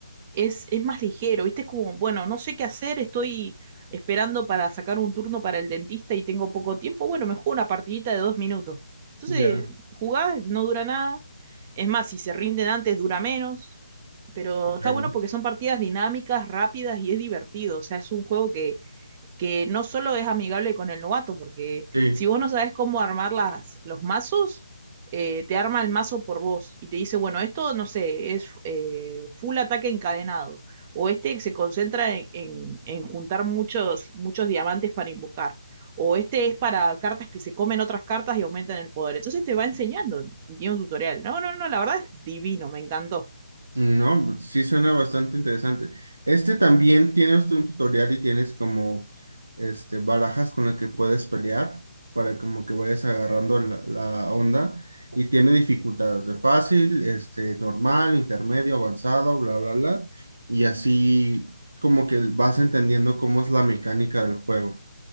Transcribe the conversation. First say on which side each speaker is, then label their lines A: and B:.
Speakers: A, on the right; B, on the right.
A: es, es más ligero, ¿viste? Es como, bueno, no sé qué hacer, estoy esperando para sacar un turno para el dentista y tengo poco tiempo, bueno, me juego una partidita de dos minutos. Entonces,
B: Ya,
A: jugás, no dura nada. Es más, si se rinden antes, dura menos. Pero está
B: claro.
A: bueno porque son partidas dinámicas, rápidas y es divertido. O sea, es un juego que que no solo es amigable con el novato, porque
B: Sí.
A: si vos no sabes cómo armar las, los mazos, eh, te arma el mazo por vos y te dice, bueno, esto, no sé, es eh, full ataque encadenado, o este se concentra en, en- en juntar muchos, muchos diamantes para invocar, o este es para cartas que se comen otras cartas y aumentan el poder. Entonces te va enseñando y tiene un tutorial. No, no, no, la verdad es divino, me encantó.
B: No, pues, sí suena bastante interesante. Este también tiene usted un tutorial y tienes como este barajas con las que puedes pelear para como que vayas agarrando la, la onda y tiene dificultades de fácil, este normal, intermedio, avanzado, bla, bla, bla. Y así como que vas entendiendo cómo es la mecánica del juego.